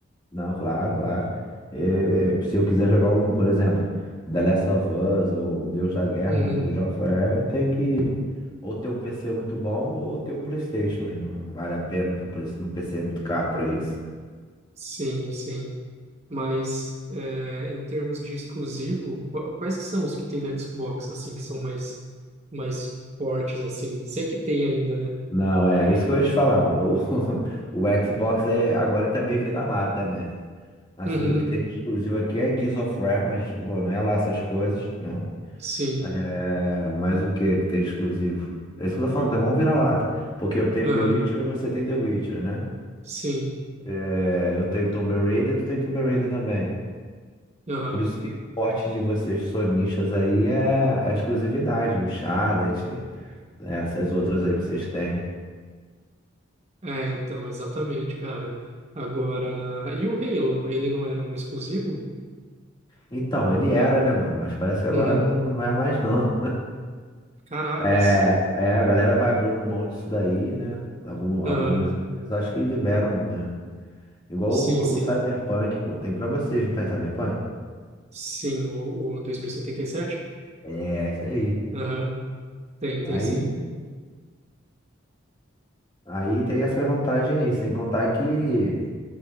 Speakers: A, on the left; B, on the right.
A: Não, claro, claro. É, é, se eu quiser jogar um, por exemplo, The Last of Us ou um Deus da Guerra,
B: Uhum,
A: né, um God of War, eu tenho que ou ter um PC muito bom ou ter um PlayStation. E não vale a pena ter um, Play- um PC muito caro pra isso.
B: sim, sim. Mas, é, em termos de exclusivo, qua- quais que são os que tem no Xbox, assim, que são mais, mais fortes, assim? Se é que tem ainda, né?
A: Não, é isso que eu ia te falar, mano. O, <laughs> o Xbox é, agora ele tá meio vira-lata, né? Assim,
B: Uhum,
A: o que tem de exclusivo aqui é Gears of War, mas pô, não é lá essas coisas, né?
B: sim,
A: É, mas o que que tem exclusivo? É isso que eu tô falando, tem um vira-lata. Porque eu tenho
B: aham,
A: The Witcher, você tem The Witcher, né?
B: sim,
A: É, eu tenho Tomb Raider, tu tem Tomb Raider também.
B: aham.
A: Por isso que o forte de vocês sonistas aí é é a exclusividade, o Chardet, né, essas outras aí que vocês têm.
B: É, então, exatamente, cara. Agora, e o Halo, ele não era um exclusivo?
A: Então, ele era, né, mano? Mas parece que agora
B: Uhum.
A: não, não é mais, não. <laughs>
B: Caracas.
A: É, é, a galera vai abrindo mão disso daí, né? Algum-
B: Aham.
A: alguns, eu acho que liberam, né? Igual
B: Sim,
A: o,
B: sim.
A: o Cyberpunk, pô. Tem pra vocês, não tem Cyberpunk?
B: Sim, o, o 2077?
A: É, isso aí.
B: Aham. Tem,
A: Aí,
B: tem sim.
A: aí tem essa vantagem aí, sem contar que,